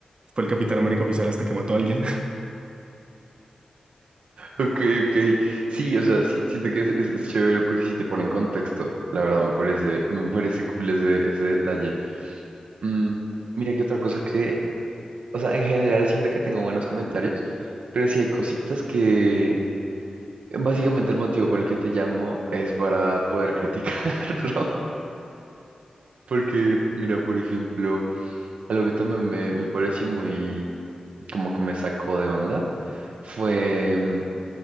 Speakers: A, on the right; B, on the right.
A: Fue el Capitán América oficial hasta que mató a alguien. <laughs>
B: Ok, ok. Sí, o sea, sí- siento que es, es- es chévere porque sí te pone en contexto. La verdad, me parece, me parece cool ese, ese detalle. Mm, mira que otra cosa que O sea, en general siento que tengo buenos comentarios, pero sí hay cositas que básicamente el motivo por el que te llamo es para poder criticarlo. <laughs> Porque, mira, por ejemplo, algo que también me, me pareció muy, como que me sacó de onda, fue, mm,